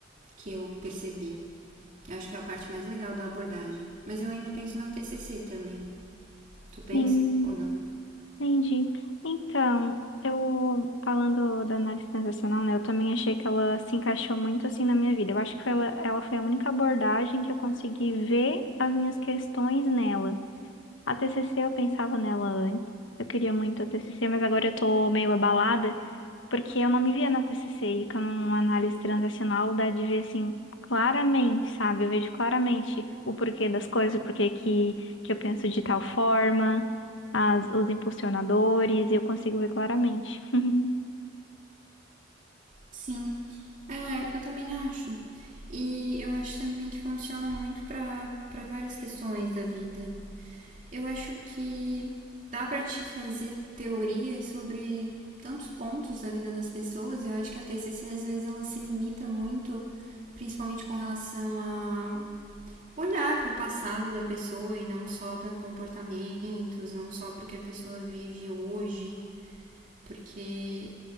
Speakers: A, on the right; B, on the left.
A: que eu percebi. Eu acho que é a parte mais legal da abordagem. Mas eu ainda penso na TCC também. Tu pensa
B: Sim.
A: ou não?
B: Entendi. Então, eu falando da análise transacional, né, eu também achei que ela se encaixou muito assim na minha vida. Eu acho que foi ela, ela foi a única abordagem que eu consegui ver as minhas questões nela. A TCC eu pensava nela antes. Eu queria muito a TCC, mas agora eu tô meio abalada porque eu não me via na TCC e com uma análise transacional dá de ver assim claramente, sabe? Eu vejo claramente o porquê das coisas, o porquê que, que eu penso de tal forma, as, os impulsionadores, eu consigo ver claramente. <laughs>
A: Sim. É, eu também acho. E eu acho também que funciona muito para várias questões da vida. eu acho que dá para te fazer teorias sobre tantos pontos da vida das pessoas. Eu acho que a TCC às vezes ela se limita muito, principalmente com relação a olhar para o passado da pessoa e não só para comportamentos, não só para o que a pessoa vive hoje, porque